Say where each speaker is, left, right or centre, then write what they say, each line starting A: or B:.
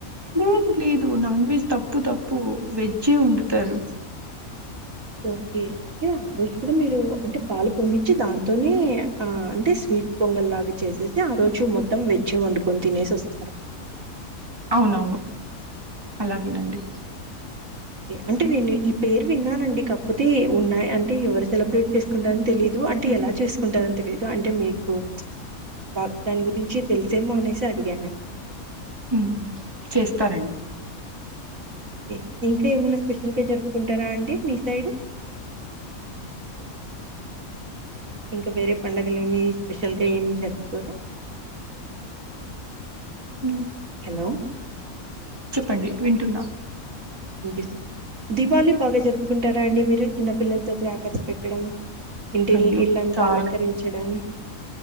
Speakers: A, on the right (about 15°); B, on the right (about 65°).
A: లేదు లేదు నాన్ వెజ్ తప్పు తప్పు వెజ్ వెజ్జే వండుతారు
B: ఓకే అంటే ఆ రోజు కూడా మీరు అంటే పాలు పొంగించి దాంతోనే ఆ అంటే స్వీట్ పొంగల్ లాగా చేసేసి ఆ రోజు మొత్తం వెజ్జ్ వండుకొని తినేసి వస్తారా
A: అవునవును అలాగేనండి.
B: ఓకే అంటే నేను ఈ పేరు విన్నానండి కాకపోతే ఉన్నా అంటే ఎవరు సెలబ్రేట్ చేసుకుంటారని తెలిదు అంటే ఎలా చేసుకుంటారని తెలిదు అంటే మీకు బా దాని గురించి తెలుసేమో అనేసి అడిగానండి.
A: హు చేస్తారండి
B: ఓకే ఇంకా ఏమైనా స్పెషల్గా జరుకుంటారా అండి మీ సైడ్ ఇంకా వేరే పండుగలు ఏమీ స్పెషల్గా ఏమి జరుపుకోరు
A: ఊ
B: హెలో
A: చెప్పండి వింటున్నా
B: వినిపిస్తుంది దివాళి బాగా జరుపుకుంటారా అండి మీరు చిన్న పిల్లలతో క్రాకర్స్ పెట్టడం ఇంటి
A: అయ్యో
B: ఇల్ ఇళ్ళంతా
A: చాలా
B: అలంకరించడం